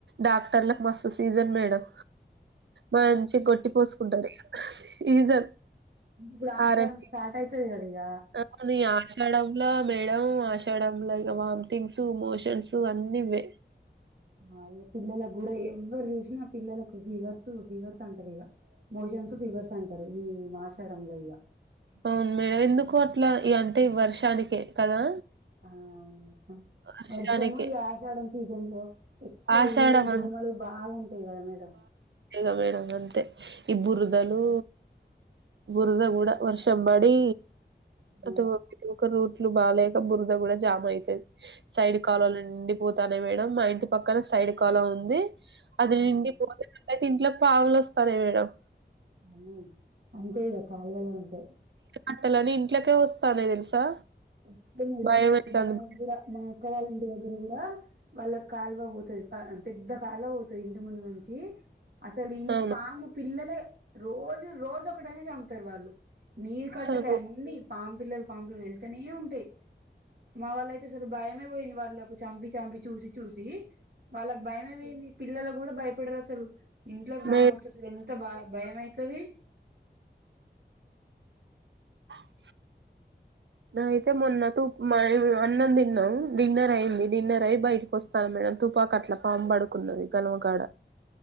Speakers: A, on the right; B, on the right.
A: డాక్టర్లలకు మస్తు సీజన్ మేడం. మంచి గట్టి పోసుకుంటారు సీజన్
B: ఇప్పుడు ఆషాఢం
A: ఆర్ఎంపి
B: స్టార్ట్ అయితది కదా ఇగ
A: ఆది ఆశాడంలో మేడం ఆశడంలో ఇగ వామ్థింగ్స్ మోషన్స్ అన్నివే.
B: ఆ ఇక పిల్లలకు కూడా ఎవ్వరు చూసినా పిల్లలకు ఫీవర్స్ ఫీవర్స్ అంటరు ఇగ మోషన్స్ ఫివర్స్ అంటారు ఈ మాశాడంలో ఇగ.
A: అవును మేడం ఎందుకో అట్లా ఇగ అంటే ఈ వర్షానికి కదా.
B: ఆ
A: వర్షానికే.
B: వర్షము ఈ ఆషాడం సీజన్లో. ఎక్కువ
A: ఆషాఢం
B: ఈగలు దోమలు బాగుంటాయి కదా మేడం.
A: ఇగ మేడం అంతే ఈ బురదలు. బురద కూడా వర్షం పడి.
B: ఆ
A: అటు ఒక ఒక రూట్లు బాలేక బురద కూడా జామ్ అయితది సైడ్ కాలావలు
B: అవును
A: నిండి పోతానే మేడం మా ఇంటి పక్కన సైడ్ కాలం ఉంది అది
B: అవును
A: నిండి. అయితే ఇంట్లో పావులేస్తలే మేడమ్
B: అవును అంటే ఇగ కాలువలో ఉంటాయ్
A: అట్టలని ఇంట్లోకే వస్తానాయ్ తెలుసా.
B: మొత్తం మేడం
A: భయమైతాంది.
B: మా కూడా మా అక్క వాళ్ళ ఇంటి దగ్గర కూడా. వాళ్ళ కాలువ పోతది పెద్ద కాలువ పోతది ఇంటి ముందు నుంచి. అసలు ఇ
A: అవును.
B: పాము పిల్లలే రోజు రోజు ఒకటైనా చంపుతారు వాళ్ళు. నీరు కట్టలే
A: అసలు
B: అన్ని పాంపిల్లలు పాంపులు వెళ్తనే ఉంటాయి. మా వాళ్ళ అయితే అసలు భయమే పోయింది వాళ్ళలకు చంపి చంపి చూసి చూసి. వాళ్ళకి భయమే పోయింది పిల్లలు కూడా భయపడరు అసలు ఇంట్లోకి బామ
A: మే
B: వస్తె. ఎంత భ భయం అయితది.
A: స అయితే మొన్న తూ మా ఆయన అన్నం తిన్నాం డిన్నర్ అయింది డిన్నర్ అయి బయటకి వస్త మేడం తుపాక అట్లా పా పడుకున్నది గలవకాడ.